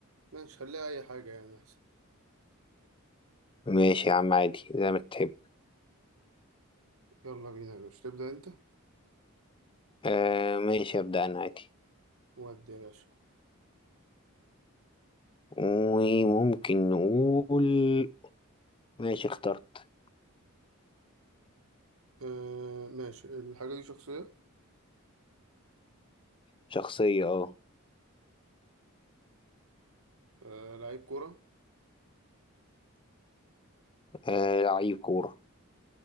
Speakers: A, on the right; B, on the left.
A: ماشي خليها أي حاجة يعني أحسن
B: ماشي يا عم عادي زي ما تحب
A: يلا بينا يا باشا تبدأ أنت
B: آه ماشي ابدا انا عادي
A: ودي يا باشا
B: وممكن نقول ماشي اخترت
A: آه ماشي الحاجة دي شخصية
B: شخصية اه
A: آه لعيب كرة
B: آه، لعيب كورة